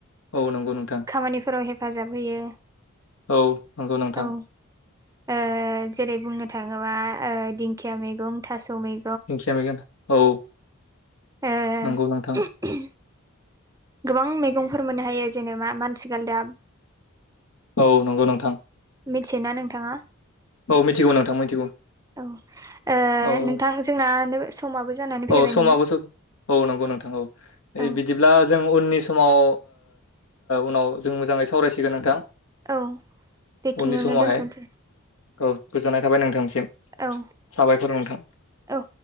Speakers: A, on the left; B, on the right.
A: औ नंगौ नोंथां
B: खामानिफोराव हेफाजाब होयो
A: औ नंगौ नोंथां
B: औ जेरै बुंनो थाङोबा दिंखिया मैगं थास' मैं
A: दिंखिया मैगं औ
B: ओ
A: नंगौ नोंथां
B: गोबां मैगंफोर मोननो हायो जेनेबा माथि गालदाब
A: औ नंगौ नोंथां
B: मिथियोना नोंथाङा
A: औ मिथिगौ नोंथां मिथिगौ
B: औ
A: औ
B: नोंथां जोंना समाबो जानानै फैबाय
A: औ समाबोसो
B: नै
A: औ नंगौ नोंथां औ ओ
B: औ
A: बिदि ब्ला जों उननि समाव उनाव जों मोजाङै सावरायसिगोन नोंथां
B: औ बेखिनियावनो
A: उननि समावहाय
B: दोनथ'नोसै
A: औ गोजोननाय थाबाय नोंथांसिम
B: औ
A: साबायफोर नोंथां
B: औ